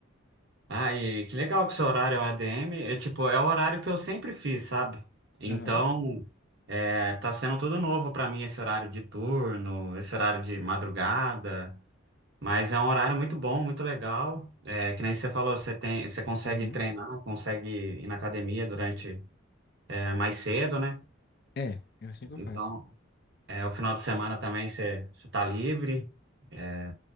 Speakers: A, on the right (about 55°); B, on the left (about 50°).
A: Ah, e que legal que seu horário é o ADM. É tipo, é o horário que eu sempre fiz, sabe? Então,
B: Aham.
A: é, tá sendo tudo novo pra mim esse horário de turno, esse horário de madrugada. Mas é um horário muito bom, muito legal. É, que nem você falou, você tem, você consegue
B: Uhum.
A: treinar, consegue ir na academia durante, é, mais cedo, né?
B: É, é assim que eu
A: Então,
B: faço.
A: é, o final de semana também você, você tá livre. É